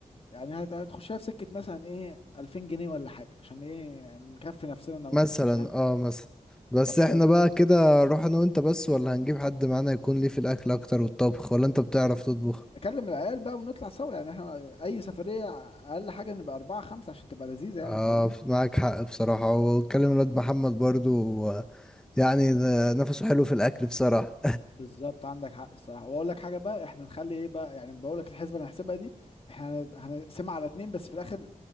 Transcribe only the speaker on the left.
يعني هت- هتخشها في سكه مثلا ايه 2000 جنيه ولا حاجه عشان ايه يعني نكفي نفسنا انا وانت
عشان
طب
حلو
نكلم العيال بقى ونطلع سوا يعني احنا اي سفريه اقل حاجه نبقى اربعه خمسه عشان تبقى لذيذه يعني
فاهمني
بالظبط عندك حق الصراحه واقول لك حاجه بقى احنا نخلي ايه بقى يعني بقول لك الحسبه اللي هنحسبها دي احنا هن- هنقسمها على اتنين بس في الاخر